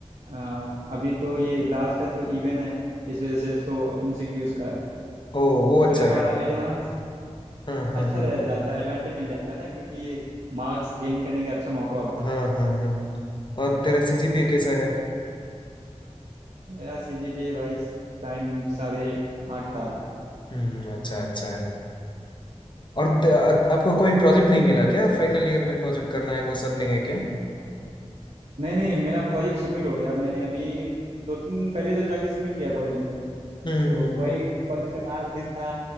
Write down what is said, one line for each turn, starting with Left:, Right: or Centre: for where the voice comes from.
Right: आ, अभी तो ये लास्ट है तो इवन है इस वजह से तो एमसीक्यूज का है
Left: ओ वो अच्छा
Right: तो ये
Left: है
Right: थोड़ा एडवांस
Left: हाँ हाँ
Right: अच्छा
Left: हाँ
Right: दिया जाता है एडवांटेज मिल जाता है ना क्योंकि मार्क्स गेन करने का अच्छा मौका होता है
Left: हाँ
Right: आपके पास
Left: हाँ हाँ और तेरा सीजीपीए कैसा है
Right: मेरा सीजीपीए भाई इस टाइम साढ़े आठ का है
Left: हम्म अच्छा अच्छा है और
Right: हाँ
Left: त- आपको कोई प्रोजेक्ट नहीं मिला क्या फाइनल ईयर में प्रोजेक्ट करना है वो सब नहीं है क्या
Right: नहीं नहीं मेरा प्रोजेक्ट सबमिट हो गया मैंने अभी दो तीन दिन पहले तो जाके सबमिट किया कॉलेज में तो
Left: हम्म हम्म
Right: वही
Left: हम्म
Right: कॉलेज का लास्ट दिन था